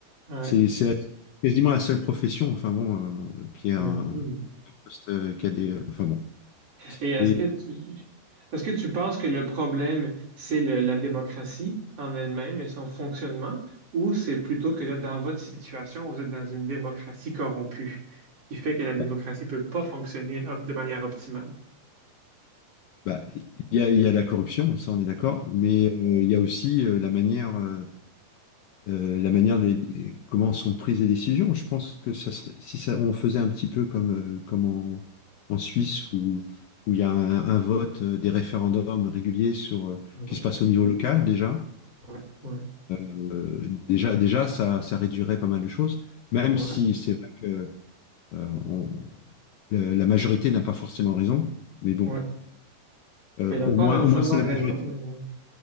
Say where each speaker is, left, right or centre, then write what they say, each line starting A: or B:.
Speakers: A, on the right; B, on the left.
A: Ouais.
B: c'est- c'est la- quasiment la seule profession, enfin bon, euh, qui a
A: Mais
B: un
A: oui.
B: poste, euh, qui a des, euh, enfin bon.
A: Et est-ce
B: Et
A: que tu est-ce que tu penses que le problème, c'est le- la démocratie en elle-même et son fonctionnement, ou c'est plutôt que là, dans votre situation, vous êtes dans une démocratie corrompue, ce qui fait que la démocratie
B: bah,
A: peut pas fonctionner op- de manière optimale?
B: bah, il y a, il y a la corruption, ça on est d'accord, mais euh, il y a aussi euh, la manière, euh, euh, la manière des, des- comment sont prises les décisions. Je pense que ça serait, si ça, on faisait un petit peu comme, euh, comme en, en Suisse où, où il y a un, un vote, euh, des référendums réguliers sur euh,
A: Ouais,
B: qui se passe au niveau local déjà.
A: ouais, ouais,
B: euh, déjà, déjà ça, ça réduirait pas mal de choses, même
A: ouais,
B: si c'est vrai que euh, on- le- la majorité n'a pas forcément raison, mais bon,
A: ouais.
B: euh,
A: Elle n'a
B: au
A: pas
B: moins,
A: nécessairement
B: au moins c'est
A: raison,
B: la majorité.
A: mais